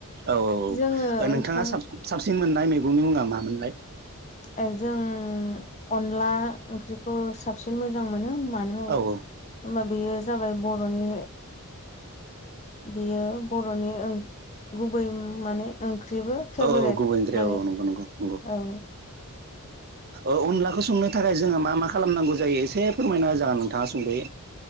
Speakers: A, on the right; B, on the left.
A: औ औ
B: जोङो
A: औ
B: ओंखाम
A: नोंथाङा साबसिन मोननाय मैगंनि मुङा मामोनलाय।
B: ए जों अनला ओंख्रिखौ साबसिन मोजां मोनो। मानो होमबा
A: औ औ
B: बेयो जाबाय बर'नि। बियो बर'नि गुबै माने ओंख्रि। ओंख्रिबो फेभारेट
A: औ औ गुबै ओंख्रि
B: माने
A: औ औ नंगौ नंगौ नंगौ
B: औ।
A: अनलाखौ संनो थाखाय जोंहा मा मा खालामनांगौ जायो एसे फोरमायना होजागोन नोंथाङा सुंदोबै।